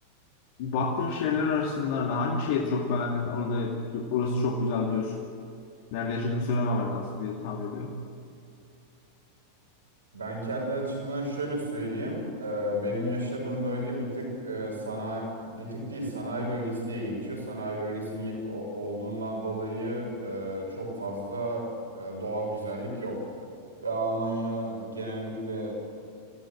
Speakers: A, on the left (about 50°); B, on the right (about 75°).
A: baktığın şehirler arasında hani hangi şehri çok beğendin orada orası çok güzel diyorsun. Nerede yaşadığını söylemem lazım diye tahmin ediyorum.
B: ben kendi açımdan şöyle söyleyeyim. E, benim yaşadığım bölge bir tık e, sanayi bir tık değil sanayi bölgesi diye geçiyor. Sanayi bölgesi ye- o- olduğundan dolayı e, çok fazla e, doğal güzellik yok. Ve Almanya genellikle